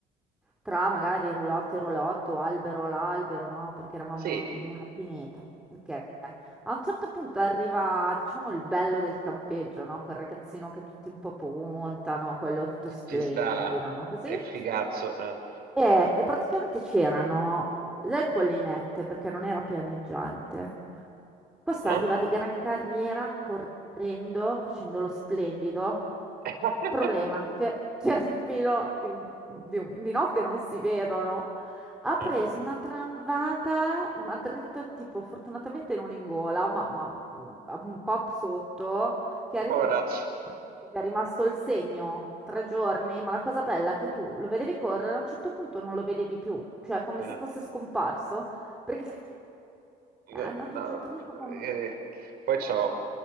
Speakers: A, in the centre; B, on the right.
A: tra magari roulotte e roulotte o albero all'albero, no? Perché eravamo
B: Sì,
A: in una pineta. Ok. A un certo punto arriva, diciamo, il bello del campeggio, no? Quel ragazzino che tutti un po' puntano, quello tutto
B: ci,
A: splendido,
B: ci sta,
A: no? Così.
B: è il figazzo. Eh.
A: E, e praticamente c'erano le collinette perché non era pianeggiante. Questo
B: Ah.
A: arriva di gran carriera correndo, facendo lo splendido.
B: <laughs>
A: Problema, c'è- c'era un filo di, un- di un- di notte non si vedono. Ha preso
B: Ah.
A: una tramvata, ma dritto tipo, fortunatamente non in gola, ma, ma, mm, un po' sotto che arri-
B: Poverazzo.
A: è rimasto il segno, tre giorni, ma la cosa bella è che tu lo vedevi correre, a un certo punto non lo vedevi più, cioè come
B: Eh.
A: se fosse scomparso, perché <laughs>
B: Eh,
A: è andato
B: no,
A: giù dritto come
B: eh, Poi c'ho